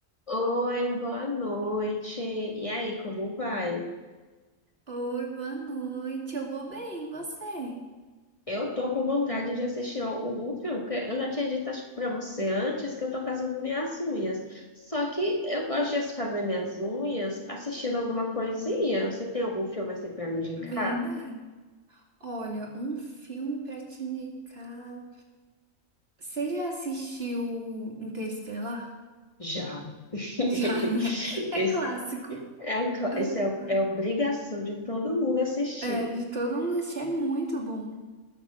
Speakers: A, on the left (about 25°); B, on the right (about 45°).
A: Oi, boa noite. E aí, como vai?
B: Oi, boa noite. Eu vou bem, e você?
A: Eu tô com vontade de assistir algum filme, porque eu já tinha dito, acho que pra você antes, que eu tô fazendo minhas unhas. Só que eu gosto de fazer minhas unhas assistindo alguma coisinha. Você tem algum filme assim pra me indicar?
B: Verdade. Olha, um filme pra te indicar. Você já assistiu Interestelar?
A: Já. <laughs>
B: <laughs> Já, né? É
A: Esse
B: clássico.
A: é, um cla-
B: É,
A: esse
B: o...
A: é, o-
B: clá-
A: é obrigação de todo mundo assistir.
B: é, de todo mundo assistir, é muito bom.